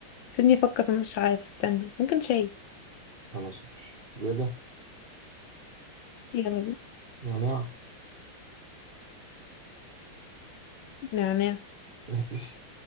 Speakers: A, on the left; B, on the right.
A: سيبني افكر في مش عارف استنى ممكن شاي
B: خلاص ماشي زيادة
A: يلا بينا
B: نعناع
A: نعناع
B: <laughs> ماشي